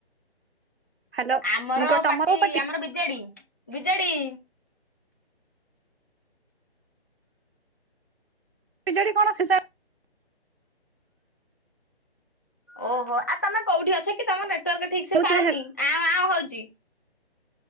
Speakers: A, on the right; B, on the left.
A: ହ୍ୟାଲୋ।
B: ଆମର
A: ମୁଁ କହ ତମ
B: ପାର୍ଟି
A: ବୋଉ ପା
B: ଆମର ବିଜେଡି, ବିଜେଡ଼ି।
A: ବିଜେଡି କଣ ଶେଷ
B: ଓହୋଃ ଆଉ ତମେ କୋଉଠି ଅଛ କି? ତମ ନେଟୱାର୍କ ଠିକ ସେ
A: କୋଉଥିରେ
B: ପାଉନି
A: ହେ
B: ଆଉଁ ଆଉଁ ହଉଛି।